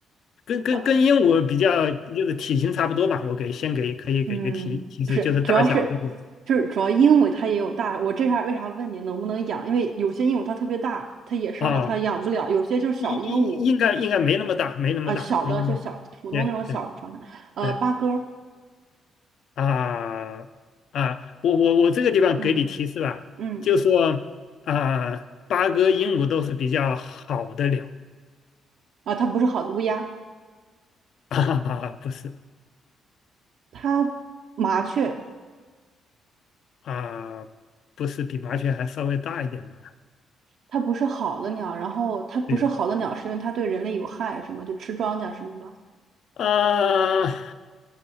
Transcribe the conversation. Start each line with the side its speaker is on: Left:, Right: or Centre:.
Left: 跟跟跟鹦鹉比较，
Right: 呃
Left: 就是体型差不多吧。我给先给可以给一个提提示，
Right: 嗯，
Left: 就是大小这个
Right: 主要是就是主要鹦鹉它也有大，我这啥为啥问你能不能养？因为有些鹦鹉它特别大，它野生的它养不了，
Left: 啊，
Right: 有些就是小鹦鹉
Left: 应应应该应该没那么大，没那么大，
Right: 啊、小的就小普通那种小的长的，
Left: 没那么大。对对
Right: 呃，
Left: 对
Right: 八哥，
Left: 啊啊，我我我这个地方给你提示吧，
Right: 嗯嗯。
Left: 就说啊，八哥、鹦鹉都是比较好的鸟。
Right: 啊，它不是好的乌鸦，
Left: <laughs> 啊，不是
Right: 它麻雀，
Left: 啊，不是比麻雀还稍微大一点吧？
Right: 它不是好的鸟，然后它不是好的鸟，
Left: 对
Right: 是因为它对人类有害，什么就吃庄稼什么的。
Left: 啊，